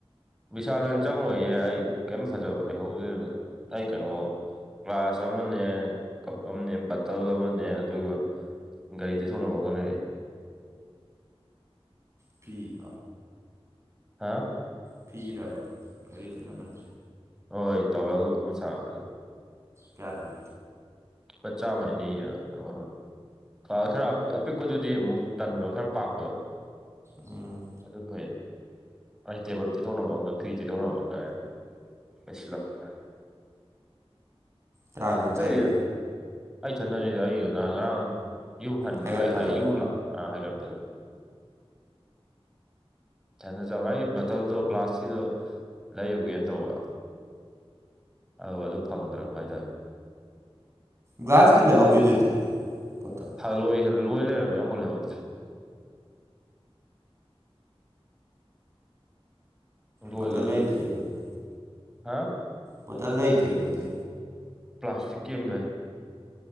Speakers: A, in the centre; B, on the right.
A: ꯕꯤꯁꯥꯂꯥꯟ ꯆꯪꯉꯣꯏꯌꯦ ꯑꯩ ꯀꯩꯝ ꯐꯖꯕ ꯂꯩꯍꯧꯗ꯭ꯔꯦ ꯑꯩ ꯀꯩꯅꯣ ꯒ꯭ꯂꯥꯁ ꯑꯃꯅꯦ ꯀꯞ ꯑꯃꯅꯦ ꯕꯇꯜ ꯑꯃꯅꯦ ꯑꯗꯨꯒ ꯒꯥꯔꯤ ꯇꯩꯊꯣꯛꯅꯕ ꯑꯃ ꯉꯒ ꯂꯩꯔꯦ
B: ꯐꯤ
A: ꯍꯥꯥ
B: ꯊꯤꯔꯕ ꯒꯥꯔꯤ ꯆꯠ ꯁꯥꯟꯅꯔꯅꯤ
A: ꯍꯣꯏ ꯇꯧꯋꯦꯜ ꯃꯆꯥ ꯑꯗꯣ
B: ꯀꯌꯥꯕꯤꯕ
A: ꯄ ꯆꯥ ꯑꯃꯅꯤ ꯀꯩꯅꯣ ꯈ ꯈꯔ ꯑꯄꯤꯛꯄꯗꯨꯗꯤ ꯑꯃꯨꯛ ꯇꯟꯕ ꯈꯔ ꯄꯥꯛꯄꯗꯣ
B: ꯎꯝ
A: ꯑꯗꯨꯝ ꯐꯣꯏꯔ ꯑꯩ ꯇꯦꯕꯜ ꯇꯤꯊꯣꯛꯅꯕ ꯑꯃꯒ ꯐꯤ ꯇꯤꯊꯣꯛꯅꯕ ꯑꯃꯒ ꯂꯣꯏꯁꯤꯜꯂꯛꯄ
B: ꯀꯌꯥ ꯀꯥꯟ
A: ꯑꯇꯩ
B: ꯆꯠꯂꯤ
A: ꯑꯩ ꯊꯗꯅꯤꯗ ꯑꯩ ꯅ ꯉꯔꯥꯡ ꯌꯨꯝ ꯍꯟꯈꯤꯕꯩ
B: ꯍꯥꯏꯒꯠꯄꯗ
A: ꯍꯥꯏ ꯌꯨꯝ ꯍꯥꯏꯒꯞꯇꯒ ꯅ ꯖꯒꯥ ꯑꯩ ꯕꯇꯜꯗꯣ ꯒ꯭ꯂꯥꯁꯀꯤꯗꯣ ꯂꯩꯌꯨꯒꯦꯅ ꯇꯧꯕ ꯑ ꯑꯗꯨ ꯐꯪꯗ꯭ꯔꯕ ꯍꯥꯏꯇꯥꯔꯦ
B: ꯒ꯭ꯂꯥꯁꯀꯤ ꯂꯩꯍꯧꯋꯤꯗꯨꯗꯤ ꯄꯣꯠꯇꯣ
A: ꯂꯣꯏꯈ꯭ꯔꯦ ꯂꯣꯏ ꯂꯩꯔꯝꯃꯦ ꯃꯌꯥꯝꯣ ꯂꯩꯍꯧꯗ꯭ꯔꯦ ꯂꯣꯏꯈꯔꯦ
B: ꯃꯠꯇ ꯂꯩꯗ꯭ꯔꯦ ꯑꯗꯨꯗꯤ
A: ꯍꯥ
B: ꯃꯠꯇ ꯂꯩ ꯂꯩꯗ꯭ꯔꯦ ꯑꯗꯨꯗꯤ
A: ꯄ꯭ꯂꯥꯁꯇꯤꯛꯀꯤ ꯑꯃꯂꯦ